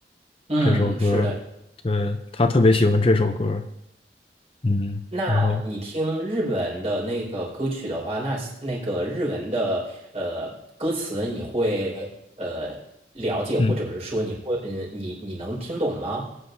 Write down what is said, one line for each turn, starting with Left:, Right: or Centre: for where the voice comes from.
Right: 嗯，
Left: 这首歌儿对，
Right: 是的。
Left: 她特别喜欢这首歌儿嗯，
Right: 那你听日文的那个歌曲的话，
Left: 然后
Right: 那那个日文的呃歌词，你会呃了解，
Left: 嗯
Right: 或者是说你会嗯，你你能听懂吗？